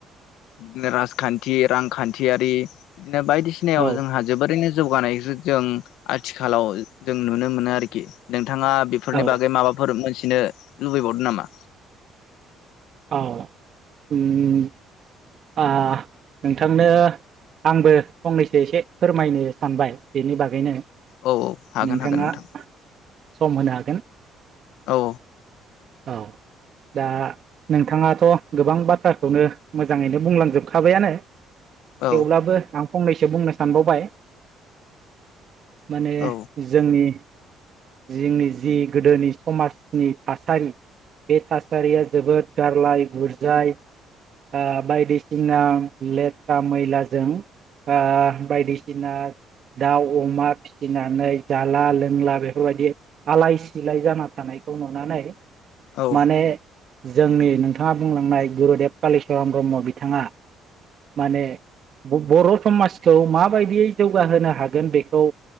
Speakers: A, on the left; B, on the right.
A: बिदिनो राजखान्थि रांखान्थियारि बिदिनो बायदिसिनायाव
B: औ
A: जोंहा जोबोरैनो जौगानायजो जों आथिखालाव जों नुनो मोनो आरोखि नों थाङा बेफोरनि
B: औ
A: बागै माबाफोर मोनथिनो लुबैबावदों नामा
B: औ ओम आ नोंथांनो आंबो फंनैसो एसे फोरमायनो सानबाय बेनि बागैनो
A: औ औ हागोन
B: नोंथाङा
A: हागोन नोंथां
B: सम होनो हागोन
A: औ
B: औ दा नोंथाङाथ' गोबां बाथ्राखौनो मोजाङैनो बुंलांजोबखाबायानो
A: औ
B: थेवब्लाबो आं फंनैसो बुंनो सानबावबाय माने
A: औ
B: जोंनि जोंनि जि गोदोनि समाजनि थासारि बे थासारिया जोबोद गारलाय बुरजाय आ बायदिसिना लेथ्रा मैलाजों आ बायदिसिना दाउ अमा फिसिनानै जाला लोंला बेफोरबायदि आलाय सिलाय जाना थानायखौ नुनानै
A: औ
B: माने जोंनि नोंथाङा बुंलांनाय गुरुदेब कालिचरन ब्रह्म बिथाङा माने बर' समाजखौ माबायदियै जौगाहोनो हागोन बेखौ